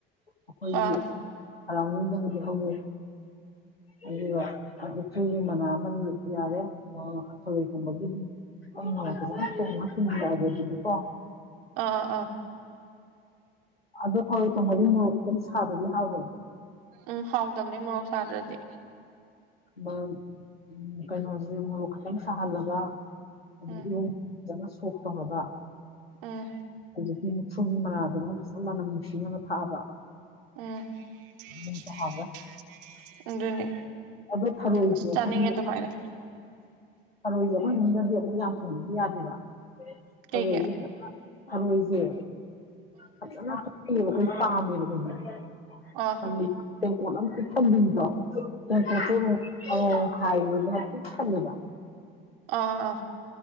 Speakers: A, on the left; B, on the right.
A: ꯑꯈꯣꯏꯒꯤ
B: ꯑꯥ
A: ꯁꯔꯥꯎꯟꯗꯤꯡꯗꯕꯨꯗꯤ ꯍꯧꯋꯦ ꯑꯗꯨꯒ <unintelligible> ꯃꯨꯛꯊ꯭ꯔꯨꯕꯤ ꯃꯅꯥ ꯑꯃ ꯌꯥꯔꯦ <unintelligible> ꯊꯔꫭꯏ ꯊꯣꯡꯕꯒꯤꯗꯤ <unintelligible> ꯑꯗꯨꯗꯤ ꯀꯣ
B: ꯑꯥ ꯑ ꯑ
A: ꯑꯗꯣ ꯊꯔꯣꯏ ꯊꯣꯡꯕꯗꯤ ꯃꯣꯔꯣꯛ ꯈꯤꯇꯪ ꯁꯥꯗ꯭ꯔꯗꯤ ꯍꯥꯎꯔꫭꯏ
B: ꯎꯝ ꯍꯥꯎꯇꯝꯅꯦ ꯃꫭꯔꯣꯛ ꯁꯥꯗ꯭ꯔꯗꯤ
A: <unintelligible> ꯀꯩꯅꯣꯖꯦ ꯃꯣꯔꯣꯛ ꯈꯛꯇꯪ ꯁꯥꯍꯜꯂꯒ ꯑꯗꯩ
B: ꯎꯝ
A: <unintelligible> ꯐꯖꯅ ꯁꯣꯛ ꯇꯧꯔꯕ
B: ꯎꯝ
A: ꯍꯧꯖꯤꯛꯀꯤ ꯃꯨꯛꯊ꯭ꯔꯨꯕꯤ ꯃꯅꯥꯗꯨꯃ ꯐꯖ ꯃꯅꯝ ꯅꯨꯡꯁꯤꯅꯕ ꯊꯥꯛꯑꯕ
B: ꯎꯝ <unintelligible>
A: ꯑꯗꯨꯁꯨ ꯍꯥꯎꯔꯦ
B: ꯑꯗꯨꯅꯦ
A: ꯑꯗꯨ ꯊꯔꯣꯏꯗꯤ
B: ꯑꯁ
A: ꯑꯈꫭꯏꯒꯤ
B: ꯆꯥꯅꯤꯡꯉꯦ ꯑꯗꯨꯃꯥꯏꯅ
A: ꯊꯔꯣꯏꯗꯤ ꯑꯈꯣꯏ ꯏꯃꯨꯡꯗꯗꯤ ꯑꯃꯨꯛ ꯌꯥꯝ ꯊꯣꯡꯕꯗꯤ ꯌꯥꯗꯦꯕ ꯊꯔꯣꯏꯖꯦ
B: ꯀꯩꯒꯤ ꯑꯥ
A: <unintelligible> ꯊꯔꯣꯏꯖꯦ ꯐꯖꯅ <unintelligible> ꯄꯥꯝꯃꯦꯕ ꯑꯈꯣꯏꯗꯤ
B: ꯑ
A: <unintelligible> ꯇꯦꯡꯀꯣꯠ ꯑꯝ ꯄꯤꯛ ꯊꯟꯕꯤꯗꯣ <unintelligible> ꯈꯥꯏꯕꯗ ꯄꯤꯛ ꯊꯜꯂꯦꯕ
B: ꯑ ꯑ ꯑ